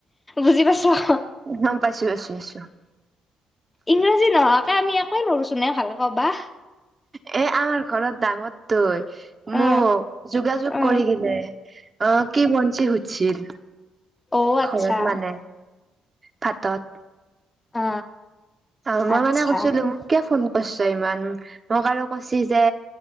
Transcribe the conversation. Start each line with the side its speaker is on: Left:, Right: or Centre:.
Left: বুজি পাইছ
Right: গম পাইছোঁ, পাইছোঁ, পাইছোঁ।
Left: ইংৰাজী নহয়। এই আমি একোৱেই নোৱাৰো চোন তোনে ভাল কবা,
Right: এ আমাৰ ঘৰত ডাঙৰ তই
Left: অ
Right: মোক যোগাযোগ
Left: অ
Right: কৰি কিনে অ কি বঞ্চি সুধছিল।
Left: অ আচ্ছা
Right: ঘৰত মানে ভাতত
Left: অ!
Right: অ মই
Left: আচ্ছা
Right: মানে কৈছিলো মোক কিয় ফোন কৰিছা। ইমান মোক আৰু কৈছ যে